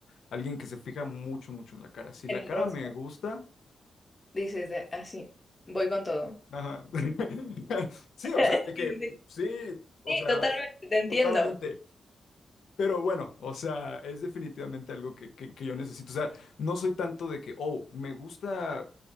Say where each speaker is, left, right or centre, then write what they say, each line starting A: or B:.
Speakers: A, on the left; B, on the left.
A: alguien que se fija mucho, mucho en la cara. Si
B: En
A: la
B: el
A: cara
B: rostro.
A: me gusta,
B: Dices de así, voy con todo.
A: ajá. <laughs> Sí,
B: <laughs>
A: o sea, de que
B: Sí, sí, sí.
A: sí, o
B: Sí,
A: sea,
B: totalmente, te entiendo.
A: totalmente. Pero bueno, o sea, es definitivamente algo que, que, que yo necesito. O sea, no soy tanto de que, oh, me gusta.